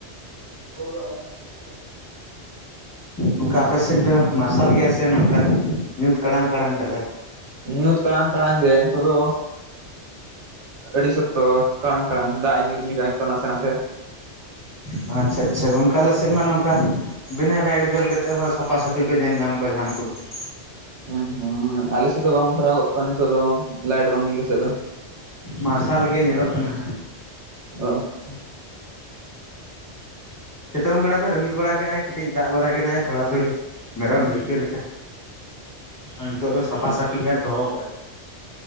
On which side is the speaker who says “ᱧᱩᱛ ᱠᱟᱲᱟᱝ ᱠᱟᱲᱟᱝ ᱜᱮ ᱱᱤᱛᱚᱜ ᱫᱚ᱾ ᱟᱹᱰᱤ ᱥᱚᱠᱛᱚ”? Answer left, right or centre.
Right